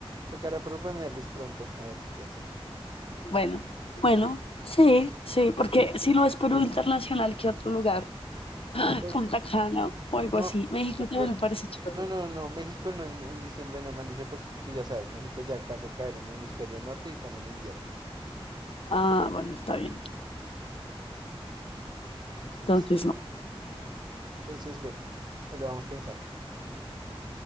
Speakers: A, on the right; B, on the left.
A: Tocará proponerles pronto, a ver qué piensan.
B: Bueno, bueno, sí, sí, porque si no es Perú internacional, ¿qué otro lugar?
A: Pues
B: Punta Cana o algo
A: no,
B: así. México
A: pe-
B: también
A: bueno,
B: me parece chévere.
A: no, no, no, México no, en, en diciembre no me han dicho, pues tú ya sabes, México ya alcanza a caer en el hemisferio norte y están en invierno.
B: Ah, bueno, está bien.
A: Listo.
B: Entonces no.
A: Entonces, bueno, ahí lo vamos pensando.